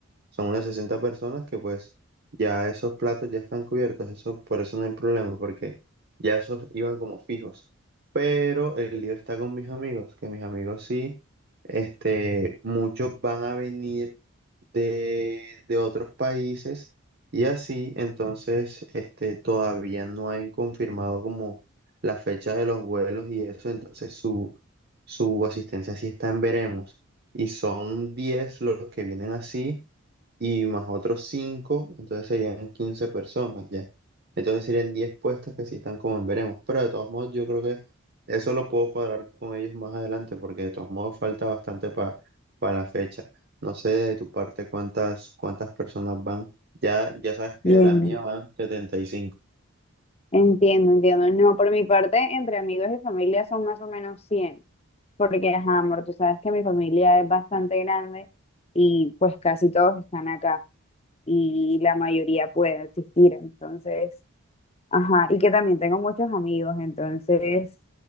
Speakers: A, on the right (about 45°); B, on the left (about 30°).
A: Son unas 60 personas que pues ya esos platos ya están cubiertos, eso, por eso no hay problema, porque ya esos iban como fijos. Pero el lío está con mis amigos, que mis amigos sí, este, muchos van a venir de, de otros países y así, entonces, este, todavía no han confirmado como la fecha de los vuelos y eso, entonces su, su asistencia sí está en veremos y son 10 los que vienen así y más otros cinco entonces serían 15 personas ya. Entonces serían 10 puestos que sí están como en veremos. Pero de todos modos, yo creo que eso lo puedo cuadrar con ellos más adelante porque de todos modos falta bastante para la fecha. No sé de tu parte cuántas, cuántas personas van. Ya, ya sabes que
B: Entiendo,
A: de la mía van setenta y cinco
B: entiendo, entiendo. No, por mi parte, entre amigos y familia son más o menos 100 porque, ajá, amor, tú sabes que mi familia es bastante grande y pues casi todos están acá y la mayoría puede asistir, entonces Ajá, y que también tengo muchos amigos, entonces